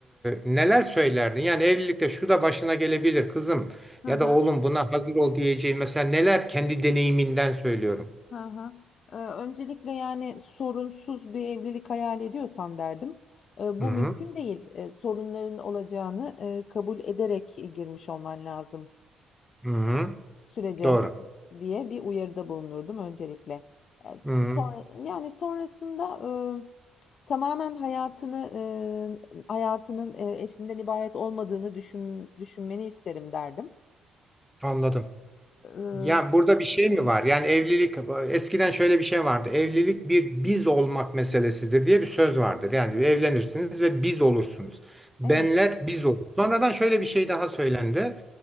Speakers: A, in the centre; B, on the left.
A: neler söylerdin? Yani evlilikte şu da başına gelebilir kızım
B: Hı
A: ya
B: hı.
A: da oğlum buna hazır ol diyeceğin mesela neler kendi deneyiminden söylüyorum.
B: Hı hı. Ee, öncelikle yani sorunsuz bir evlilik hayal ediyorsan derdim. Ee,
A: Hı
B: bu
A: hı,
B: mümkün değil. Ee, sorunların olacağını e, kabul ederek e, girmiş olman lazım
A: hı hı,
B: sürece
A: doğru.
B: diye bir uyarıda bulunurdum öncelikle. Ee, s-
A: Hı hı,
B: sonra yani sonrasında e, tamamen hayatını e, hayatının e, eşinden ibaret olmadığını düşün, düşünmeni isterim derdim.
A: anladım.
B: Ee,
A: Ya burada bir şey mi var? Yani evlilik eskiden şöyle bir şey vardı. Evlilik bir biz olmak meselesidir diye bir söz vardır. Yani evlenirsiniz ve biz olursunuz. Benler
B: evet.
A: biz olur. Sonradan şöyle bir şey daha söylendi.